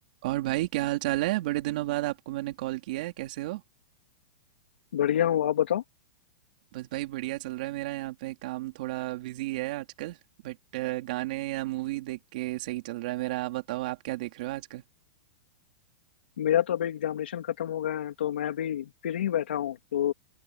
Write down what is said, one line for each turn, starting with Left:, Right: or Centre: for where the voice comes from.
Right: और भाई क्या हाल चाल है बड़े दिनों बाद आपको मैंने कॉल किया है कैसे हो
Left: बढ़िया हूँ आप बताओ
Right: बस भाई बढ़िया चल रहा है मेरा यहाँ पे काम थोड़ा बिजी है आजकल बट गाने या मूवी देख के सही चल रहा है मेरा आप बताओ आप क्या देख रहे हो आजकल
Left: मेरा तो अभी एग्जामिनेशन खत्म हो गया है तो मैं अभी फिर ही बैठा हूँ तो